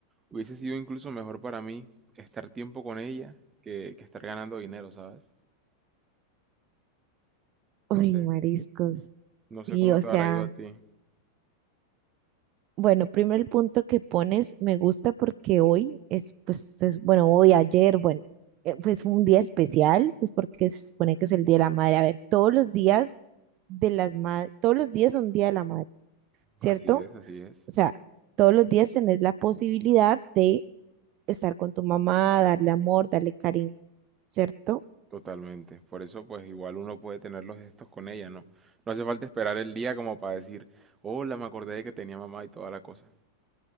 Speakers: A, on the right (about 20°); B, on the right (about 40°).
A: Hubiese sido incluso mejor para mí estar tiempo con ella que, que estar ganando dinero, ¿sabes?
B: Uy,
A: No sé,
B: mariscos.
A: no sé
B: Sí,
A: cómo
B: o
A: Sí, te
B: sea,
A: habrá ido a ti.
B: bueno, primero el punto que pones me gusta porque hoy es, pues, es- bueno, hoy, ayer, bueno, eh, pues un día especial, pues porque se supone que es el Día de la Madre. A ver, todos los días de las madres, todos los días son Día de la Madre, ¿cierto?
A: Así es, así es,
B: O sea, todos los días tenés la posibilidad de estar con tu mamá, darle amor, darle cariño, ¿cierto?
A: totalmente. Por eso, pues igual uno puede tener los gestos con ella, ¿no? No hace falta esperar el día como para decir, hola, me acordé de que tenía mamá y toda la cosa.